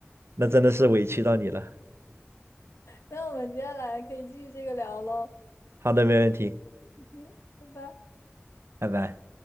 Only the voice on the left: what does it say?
那我们接下来可以继续这个聊喽，
嗯哼，拜拜。